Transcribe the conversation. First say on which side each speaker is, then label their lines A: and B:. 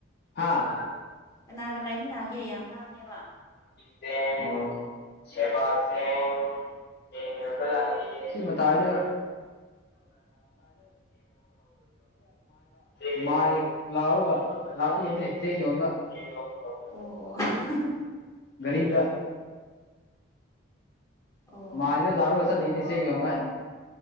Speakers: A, on the left; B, on the left.
A: ꯍꯥꯥ
B: ꯀꯅꯥꯒ ꯂꯩꯃꯤꯟꯅꯒꯦ ꯌꯥꯝ ꯂꯥꯡꯉꯦꯕ
A: ꯆꯦꯡ ꯑꯣ ꯁꯦꯕ ꯆꯦꯡ ꯆꯦꯡ ꯌꯣꯟꯕ ꯂꯛꯏꯌꯦ ꯁꯤ ꯃꯇꯥꯏꯗ <unintelligible> ꯂꯥꯎꯒ ꯂꯥꯛꯄꯒꯤꯅꯦ ꯆꯦꯡ ꯌꯣꯟꯕ <unintelligible>
B: ꯑꯣ ꯑꯣ ꯑꯍꯥꯍꯥ
A: ꯒꯥꯔꯤꯗ
B: ꯑꯣ
A: ꯃꯥꯏꯗ
B: ꯑꯣ
A: ꯂꯥꯎꯔꯒ ꯆꯠꯂꯤꯅꯤ ꯆꯦꯡ ꯌꯣꯟꯕ ꯍꯥꯏꯅ